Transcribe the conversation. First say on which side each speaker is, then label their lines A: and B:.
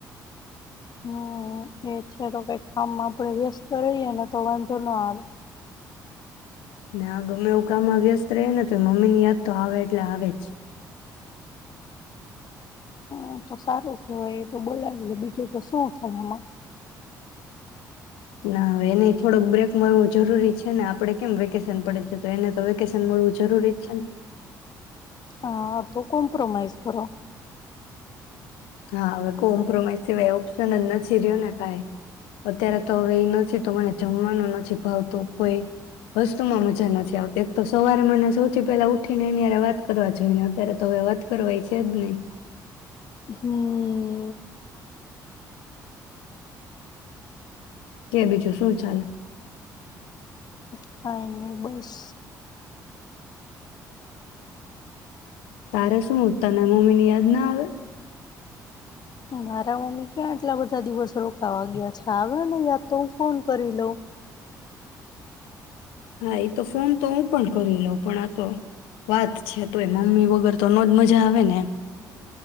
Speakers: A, on the left; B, on the left.
A: હમ એ છે તો કઈક કામમાં આપડે વ્યસ્ત રહીએે ને તો વાંધો ના આવે
B: ના ગમે એવું કામ વ્યસ્ત રહેને તો મમ્મી ની યાદ તો આવે એટલે આવે જ
A: હ તો સારું કેવાય એ તો બોલાવી લે બીજું તો શું થાય એમાં
B: ના હવે એને થોડોક બ્રેક મળવો જરૂરી છે ને આપડે કેમ વેકેશન પડે છે તો એને તો વેકેશન મળવું જરૂરી જ છે ને
A: હા અ કોમ્પ્રમઈઝ કરો
B: હા હવે કોમ્પ્રોમાઈઝ સિવાય ઓપ્શન જ નથી રહ્યો ને કાઈ અત્યારે તો હવે એ નથી તો મને જમવાનું નથી ભાવતું કોઈ વસ્તુમાં મજા નથી આવતી એક તો સવારે મને સૌથી પહેલા ઉઠીને્યારે વાત કરવા જોઈ ને અત્યારે તો હવે વાત કરવા એ છે જ નહી
A: હમ.
B: કે બીજું શું ચાલે.
A: ક નની બસ
B: તારે શું તને મમ્મીની યાદ ના આવે.
A: મારા મમ્મી ક્યાં આટલા બધા દિવસ રોકાવા ગયા છે, આવે ને યાદ તો હું ફોન કરીં લઉ.
B: હા ઈ તો ફોન તો હું પણ કરી લઉં, પણ આ તો વાત છે તોય મમ્મી વગર તો નો જ મજા આવે ને એમ.